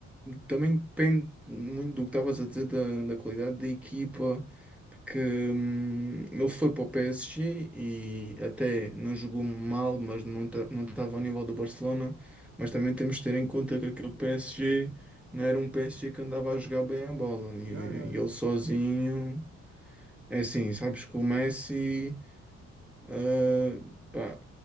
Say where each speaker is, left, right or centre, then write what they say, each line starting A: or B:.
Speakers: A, in the centre; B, on the right.
A: Também depende muito do que estavas a dizer da, da qualidade da equipa, porque hum, ele foi para o PSG e até não jogou mal, mas não ta- não estava ao nível do Barcelona. Mas também temos de ter em conta que aquele PSG não era um PSG que andava a jogar bem a bola e,
B: Já, já,
A: e
B: já.
A: ele sozinho. É assim, sabes que o Messi, ah, pá,